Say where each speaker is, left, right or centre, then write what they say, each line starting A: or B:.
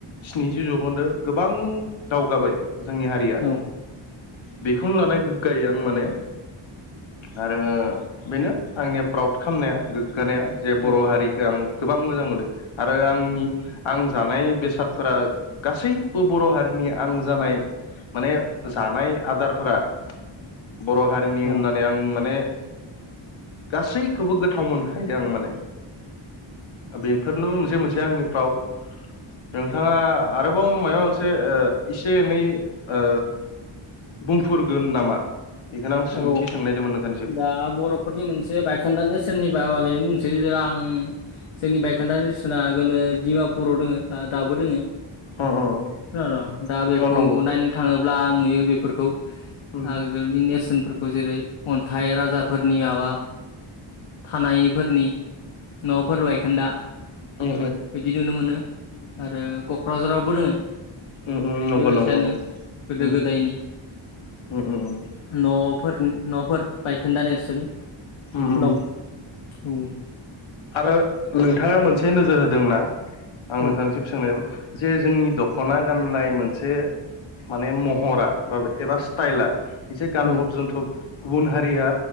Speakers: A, on the left; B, on the left.
A: स्निजि जौखोन्दो गोबां दावगाबाय जोंनि हारिया।
B: औ
A: बेखौनो लानाय गोग्गायो आं माने। आरो बेनो आंनि प्राउड खालामनाया गोग गानाया जे
B: औ
A: बर' हारिखो आं गोबां मोजां मोनो आरो आंनि आं जानाय बेसादफोरा गासैबो बर' हारिनि नि आं जानाय माने जानाय आदारफोरा बर' हारिनि
B: औ
A: होननानै आं माने गासैखौबो गोथाव मोन खायो आं माने बेफोरनोबो मोनसे मोनसे आंनि प्राउड। नोंथाङा आरोबाव मायोबा मोनसे एसे एनै ओ बुंफोरगोन नामा? बेखौनो आं सोंथि
B: औ
A: सोंनायदोंमोन नोंथांनिसिम
B: दा बर'फोरनि मोनसे बायखोन्दानो नेरसोननि‌ बा दानिया बुंसै आं जोंनि बाइखोन्दा नेरसोना आगोलो डिमापुराव दोङो दाबो दोङो।
A: अ अ
B: <unintelligible> दा बेखौ
A: अ नंगौ
B: नायनो थाङोब्ला नुयो बेफोरखौ।
A: ओं
B: आगोलनि नेरसोनफोरखौ जेरै अन्थाइ राजाफोरनि माबा थानायफोरनि न'फोर बायखोन्दा
A: उम
B: बिदि नुनो मोनो। आरो क'क्राझारावबो दोङो।
A: उम उम नंगौ
B: बेबायसायानो
A: नंगौ नंगौ
B: गोदो
A: उम
B: गोदायनि
A: उम उम
B: न'फोरनि न'फोर बायखोन्दा नेरसोन
A: उम उम
B: दं औ
A: आरो नोंथाङा मोनसे नोजोर होदोंना आं
B: औ
A: नोंथांनिसिम सोंनाय जे जोंनि दख'ना गाननाय मोनसे माने महरा बा एबा स्टाइला एसे गानफब
B: औ
A: जोमफब गुबुन हारिया